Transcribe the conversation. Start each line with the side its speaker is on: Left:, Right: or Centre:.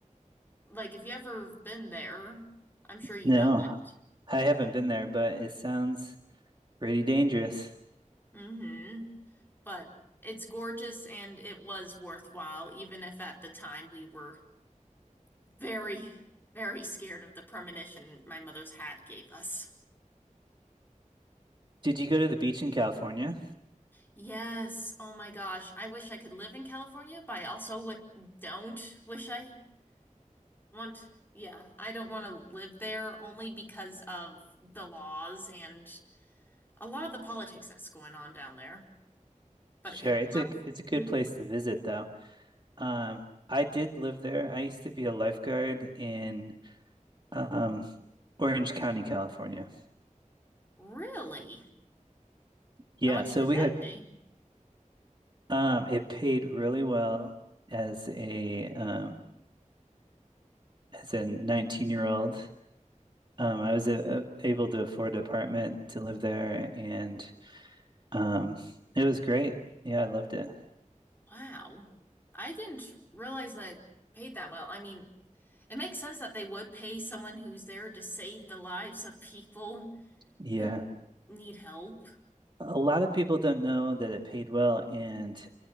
Left: like if you ever been there, I'm sure you
Right: No,
Left: know that.
Right: I haven't been there, but it sounds pretty dangerous.
Left: hmm But it's gorgeous and it was worthwhile, even if at the time we were very, <laughs> very scared of the premonition my mother's hat gave us.
Right: Did you go to the beach in California?
Left: Yes, oh my gosh. I wish I could live in California, but I also w don't wish I want, yeah, I don't want to live there only because of the laws and a lot of the politics that's going on down there. But
Right: Sure,
Left: California.
Right: it's a it's a good place to visit though. Um, I did live there. I used to be a lifeguard in um, Orange County, California.
Left: Really?
Right: Yeah,
Left: How much
Right: so
Left: did
Right: we
Left: that
Right: had
Left: pay?
Right: um, it paid really well as a um, as a 19 year old. Um, I was uh, uh, able to afford an apartment to live there, and um, it was great. Yeah, I loved it.
Left: Wow. I didn't realize that it paid that well. I mean, it makes sense that they would pay someone who's there to save the lives of people
Right: Yeah,
Left: who need help.
Right: a lot of people don't know that it paid well, and